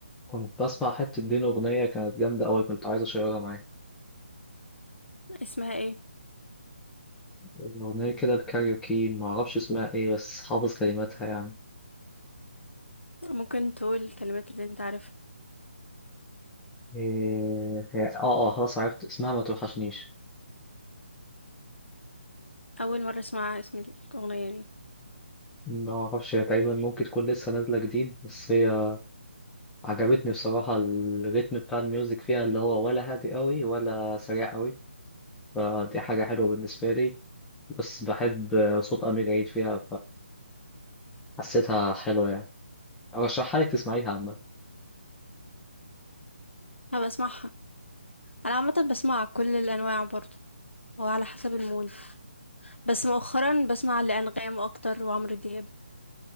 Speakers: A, in the centre; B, on the left (about 85°).
A: كنت بسمع حتة دين أغنية كانت جامدة أوي كنت عايز أشيرها معاك
B: اسمها ايه
A: الأغنية كده الكاريوكي معرفش اسمها إيه بس حافظ كلماتها يعني
B: ممكن تقول الكلمات اللي انت عارفها
A: إيه هي آه آه خلاص عرفت اسمها ما توحشنيش
B: اول مره اسمع اسم الاغنيه دي
A: معرفش هي تقريبا ممكن تكون لسه نازلة جديد بس هي عجبتني بصراحة الريتم بتاع الميوزك فيها اللي هو ولا هادي أوي ولا سريع أوي فدي حاجة حلوة بالنسبة لي بس بحب صوت أمير عيد فيها فحسيتها حلوة يعني أرشحها لك تسمعيها عامة
B: انا بسمعها انا عامه بسمع كل الانواع برضو هو على حسب المود بس مؤخرا بسمع لانغام اكتر وعمرو دياب